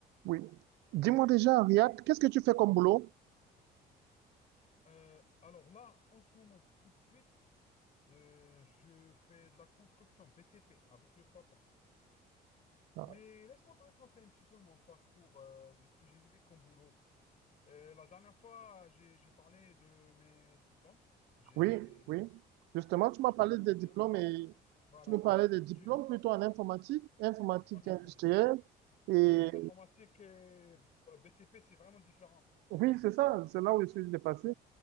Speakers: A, on the right; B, on the left.
A: Oui. Dis-moi déjà, Riyad, qu'est-ce que tu fais
B: Mhm.
A: comme boulot?
B: Euh, alors là, en ce moment, tout de suite, euh, je fais de la construction BTP avec le papa.
A: Ah,
B: Mais laisse-moi te raconter un petit peu mon parcours euh, de ce que j'ai vu comme boulot. Euh, la dernière fois, j'ai, j'ai parlé de mes diplômes. J'ai,
A: Oui, oui. Justement, tu
B: j'ai
A: m'as parlé
B: deux masters.
A: des diplômes et
B: Voilà.
A: tu me parlais des diplômes
B: J'ai
A: plutôt en informatique, informatique
B: en inform-
A: industrielle. Et
B: Oui, informatique et BTP, c'est vraiment différent.
A: oui,
B: Je sais.
A: c'est ça, c'est là où je suis dépassé.